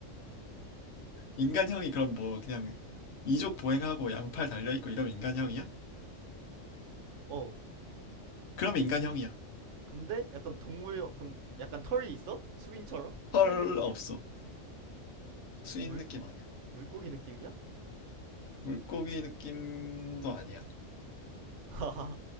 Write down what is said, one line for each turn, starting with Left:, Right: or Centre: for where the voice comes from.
Left: 인간형이 그럼 뭐 그냥 이족 보행하고 양팔 달려 있고 이러면 인간형이야?
Right: 어.
Left: 그러면 인간형이야.
Right: 근데 약간 동물형, 그럼 약간 털이 있어? 수인처럼? 수인
Left: 헐
Right: 느낌이야?
Left: 없어. 수인
Right: 물,
Left: 느낌 아니야.
Right: 물고기 느낌이야?
Left: 물고기 느낌도 아니야.
Right: 하하.